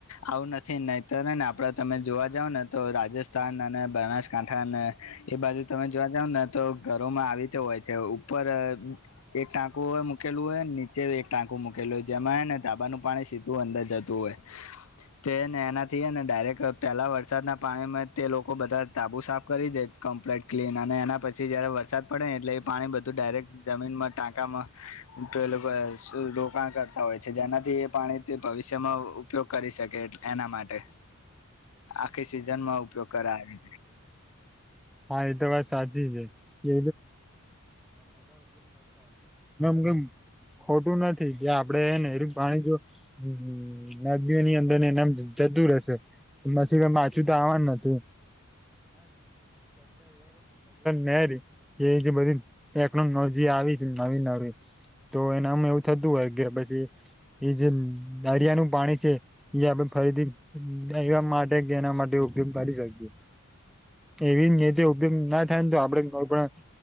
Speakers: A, on the left; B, in the centre.
A: આવું નથી નહીતર હે ને આપડા તમે જોવા જાવ ને તો રાજસ્થ થાન અને બનાસકાંઠા અને એ બાજુ તમે જોવા જાવ ને તો ઘરોમાં આવી તો હોય છે. પર એક ટાંકુ મૂકેલું હોય નીચે એક ટાંકુ મૂકેલું હોય જેમાં ને ધાબાનું પાણી સીધું તો અંદર જતું હોય. તે ને એનાથી ને ડાયરેક્ટ પહેલાં વરસાદના પાણીમાં તે લોકો બધા ધાબુ સાફ કરી દે. કમ્પ્લીટ ક્લીન અને એના પછી જયારે વરસાદ પડે ને એટલે એ પાણી બધું ડાયરેક્ટ જમીનમાં ટાંકામાં તો એ લોકો રોકાણ કરતા હોય છે જેનાથી એ પાણી ભવિષ્યમાં ઉપયોગ કરી શકે એટલે એના માટે આખી સિઝનમાં ઉપયોગ કરાવે
B: હા એ તો વાત સાચી છે એ <unintelligible> ખોટું નથી જે આપડે છે ને પાણી જો હમ નદીઓ ની અંદર ને એમનામ જતું રહેશે <unintelligible> માછું તો આવવાનું નતુ <unintelligible> <unintelligible> એ જે બધી ટેકનોલોજી આવી છે નવી નવી તો એનામાં એવું થતું હોય કે પછી એ જે દરિયાનું પાણી છે એ આપડે ફરીથી એવા માટે કે એના માટે ઉપયોગ કરી શકીએ એવી રીતે ઉપયોગ ના થાય ને તો આપડે કોઈ પણ